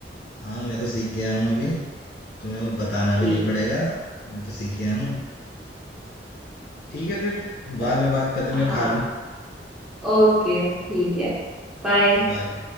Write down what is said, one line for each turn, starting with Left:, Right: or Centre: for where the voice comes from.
Left: हाँ मैं तो सीख गया हूँ अभी तुम्हें और बताना भी
Centre: ठीक
Left: नहीं पड़ेगा मैं तो सीख गया हूँ ठीक है फिर
Centre: है
Left: बाद में बात करते मैं
Centre: हाँ
Left: खा लूँ
Centre: ओके ठीक है बाय
Left: बाय